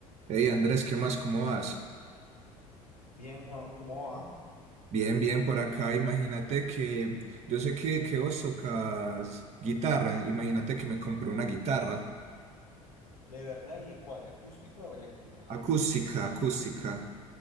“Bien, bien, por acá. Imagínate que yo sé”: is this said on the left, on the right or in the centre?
Right